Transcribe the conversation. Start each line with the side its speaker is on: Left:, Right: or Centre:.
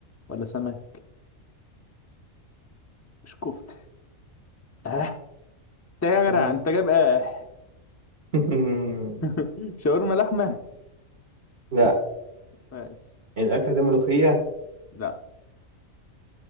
Left: ولا سمك مش كفتة اه ده يا
Right: مم.
Left: جدع أنت جايب اه
Right: <laughs>
Left: <laughs> شاورما لحمة
Right: لا
Left: ماشي
Right: الأكلة دي ملوخية
Left: لا